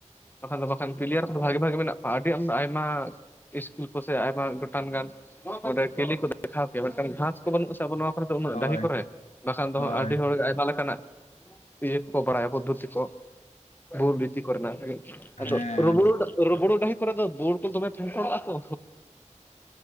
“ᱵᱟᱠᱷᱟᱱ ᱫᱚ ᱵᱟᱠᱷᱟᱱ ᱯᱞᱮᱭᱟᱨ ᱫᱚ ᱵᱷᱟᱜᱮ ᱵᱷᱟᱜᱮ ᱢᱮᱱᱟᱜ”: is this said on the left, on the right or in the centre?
Left